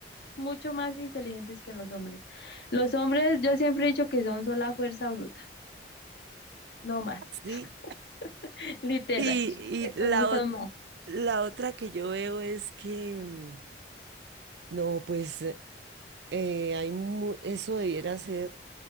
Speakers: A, on the left; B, on the right.
A: mucho más inteligentes que los hombres. Los hombres, yo siempre he dicho que son sola fuerza bruta, no más,
B: Sí.
A: <laughs> literal,
B: Y,
A: estos
B: y la,
A: no son
B: ot-
A: más.
B: la otra que yo veo es que, mm, no, pues eh, hay mu- eso debiera ser.